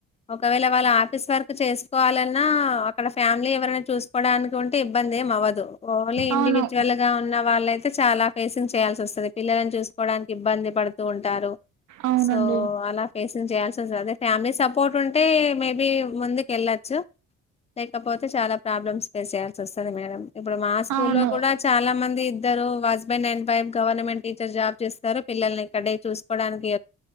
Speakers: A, on the left; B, on the right.
A: ఒకవేళ వాళ్ళు ఆఫీస్ వర్క్ చేసుకోవాలన్నా అక్కడ ఫ్యామిలీ ఎవరన్నా చూస్ డానికి ఉంటే ఇబ్బంది ఏం అవ్వదు ఓన్లీ ఇండివిజువల్
B: అవును.
A: గా ఉన్న వాళ లైతే చాలా ఫేసింగ్ చేయాల్సి వస్తది పిల్లలని చూసుకోవడానికి ఇబ్బంది పడుతూ ఉంటారు
B: అవునండి.
A: సో అలా ఫేస్ చేయాల్సివస్సది అదే ఫ్యామిలీ సపోర్ట్ ఉంటే మేబీ ముందుకు వెళ్ళొచ్చు లేకపోతే చాలా ప్రాబ్లమ్స్. ఫేస్ చేేయాల్సి వస్తది మేడం ఇప్పుడు మా స్కూల్
B: అవును.
A: లో కూడా చాలా మంది ఇద్దరు husband and wife government teacher job చేస్తారు పిల్లల్ని ఇక్కడే చూసుకోవడానికి